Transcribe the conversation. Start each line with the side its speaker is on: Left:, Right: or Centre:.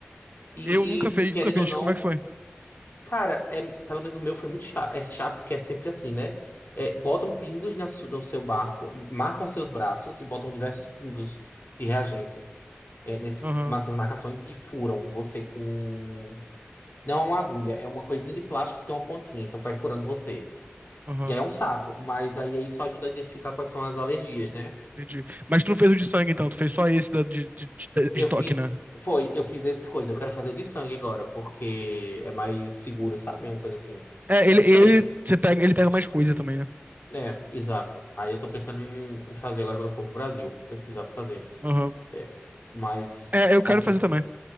Left: E,
Right: Eu nunca fiz,
Left: e, querendo
Right: nunca fiz.
Left: ou não.
Right: Como é que foi?
Left: Cara, é, pelo menos o meu foi muito chato. É chato porque é sempre assim, né? É, botam pingos na su- no seu barco, marcam seus braços e botam diversos pingos de reagente é, nesses,
Right: Aham,
Left: nessas marcações e furam você com. Não é uma agulha, é uma coisinha de plástico que tem uma pontinha, então vai furando você.
Right: aham.
Left: E aí é um saco, mas aí isso ajuda a identificar quais são as alergias, né?
Right: Entendi. Mas tu não fez o de sangue, então, tu fez só esse da- de, de, de-
Left: Eu
Right: de toque,
Left: fiz.
Right: né?
Left: Foi, eu fiz essa coisa. Eu quero fazer o de sangue agora, porque é mais seguro, sabe? É Uma coisa assim.
Right: É, ele, ele,
Left: Quer dizer.
Right: você pega, ele pega mais coisa também, né?
Left: É, exato. Aí eu tô pensando em, em fazer agora quando eu for pro Brasil, pesquisar pra fazer.
Right: Aham.
Left: É, mas,
Right: É, eu quero
Left: assim,
Right: fazer também.